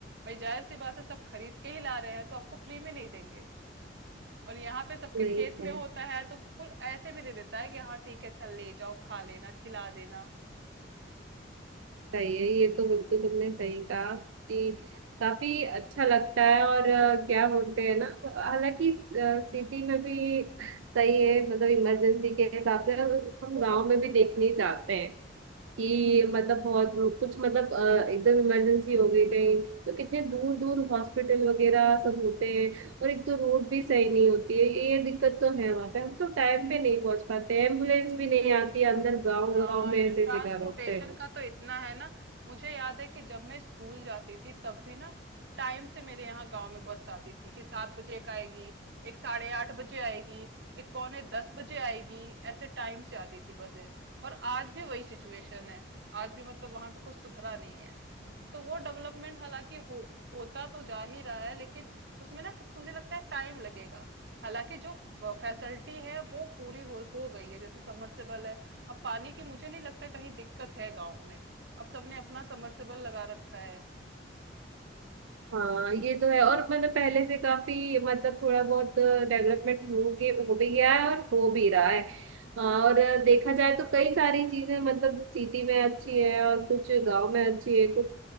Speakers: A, on the right; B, on the right.
A: भाई जाहिर सी बात है सब खरीद के ही ला रहे हैं तो आपको फ्री में नहीं देंगे और यहाँ पे सबके
B: नहीं
A: खेत
B: सही
A: में होता है तो कुल ऐसे भी दे देता है कि हाँ ठीक है चल ले जाओ खा लेना खिला देना
B: सही है ये तो बिल्कुल तुमने सही कहा कि काफी अच्छा लगता है और अ, क्या बोलते हैं ना हालांकि सिटी में भी सही है मतलब इमरजेंसी के हिसाब से हम गांव में भी देखने जाते हैं कि मतलब बहुत कुछ मतलब अ, एकदम इमरजेंसी हो गई कहीं तो कितने दूर दूर हॉस्पिटल वगैरह सब होते हैं और एक तो रोड भी सही नहीं होती है ये दिक्कत तो है वहां पे हम तो टाइम पे नहीं पहुंच पाते हैं एम्बुलेंस भी नहीं आती अंदर गांव
A: हाँ
B: गांव में
A: यार
B: ऐसे
A: ट्रांसपोर्टेशन
B: ऐसे कार होते हैं
A: का तो इतना है ना मुझे याद है कि जब मैं स्कूल जाती थी तब भी ना टाइम से मेरे यहाँ गांव में बस आती थी कि सात बजे एक आएगी एक साढ़े आठ बजे आएगी एक पौने दस बजे आएगी ऐसे टाइम से आती थी बसें और आज भी वही सिचुएशन है आज भी मतलब वहां का कुछ सुधरा नहीं है तो वो डेवलपमेंट हालांकि हो होता तो जा ही रहा है लेकिन उसमें ना तक मुझे लगता है टाइम लगेगा हालांकि जो फैसिलिटी है वो पूरी हो, हो गई है जैसे समरसेबल है अब पानी की मुझे नहीं लगता कहीं दिक्कत है गाँव में अब सबने अपना समरसेबल लगा रखा है
B: हाँ ये तो है और मतलब पहले से काफी मतलब थोड़ा बहुत डेवलपमेंट
A: हम्म,
B: हो गया हो भी गया है और हो भी रहा है हाँ, और देखा जाए तो कई सारी चीजें मतलब सिटी में अच्छी है और कुछ गांव में अच्छी है कुछ